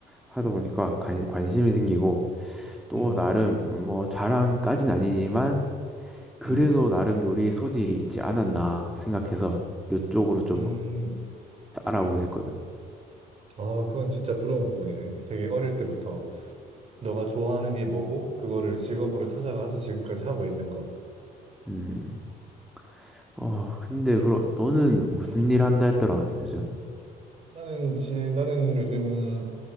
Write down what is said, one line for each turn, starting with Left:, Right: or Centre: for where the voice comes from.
Centre: 하다 보니까 관, 관심이 생기고 또
Right: 음,
Centre: 나름 뭐 자랑까진 아니지만 그래도
Right: 음,
Centre: 나름 요리의 소질이 있지 않았나 생각해서 이쪽으로 좀
Right: 음.
Centre: 알아보게 됐거든.
Right: 아, 그건 진짜 부러운 부분이네. 되게 어릴 때부터 너가 좋아하는 게 뭐고 그거를 직업으로 찾아가서 지금까지 하고 있는 거.
Centre: 음. 어, 근데 그럼 너는 무슨
Right: 음.
Centre: 일 한다 했더라, 요즘?
Right: 나는 지 나는 요즘